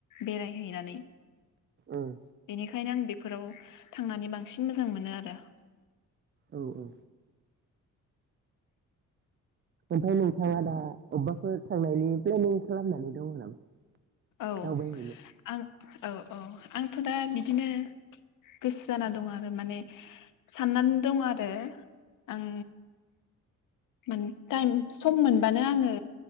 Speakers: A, on the left; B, on the right.
A: बेरायहैनानै
B: ओम
A: बेनिखायनो आं बेफोराव थांनानै बांसिन मोजां मोनो आरो
B: औ औ ओमफ्राय नोंथाङा दा अबेबाफोर थांनायनि प्लेनिं खालामनानै दङ नामा
A: औ
B: दावबायहैनो?
A: आं औ औ आंथ' दा बिदिनो गोसो जाना दं आरो माने साननानै दङ आरो आं माने टाइम सम मोनबानो आङो